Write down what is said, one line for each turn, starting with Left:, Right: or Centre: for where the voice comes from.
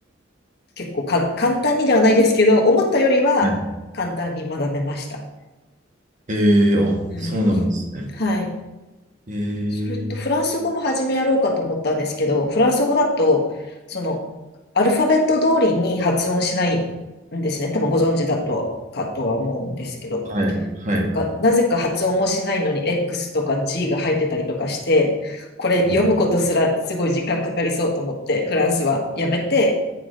Left: 結構か簡単にではないですけど、思ったよりは簡単に学べました。
Right: はい。えー、あ、
Left: うん。
Right: そうなんですね。
Left: はい。
Right: えー、
Left: それとフランス語も始めやろうかと思ったんですけど、フランス語だと、その、アルファベット通りに発音しないんですね。多分ご存知だとかとは思うんですけど。
Right: はい、はい、
Left: なんか、なぜか発音もしないのに X とか G が入ってたりとかして、これ読むことすらすごい時間かかりそうと思って、
Right: はい、
Left: フランスはやめて、